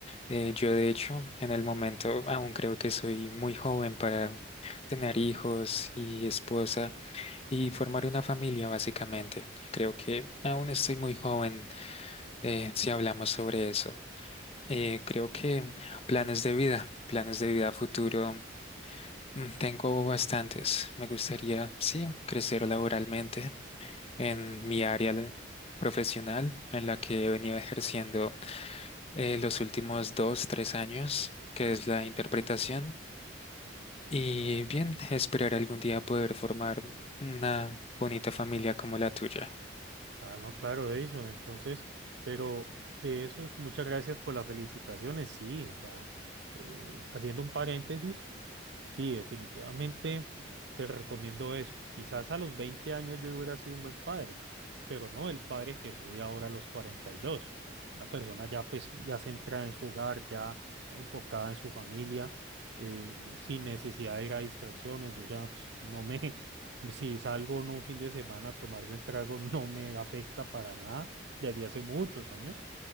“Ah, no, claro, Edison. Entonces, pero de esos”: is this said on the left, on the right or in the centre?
Right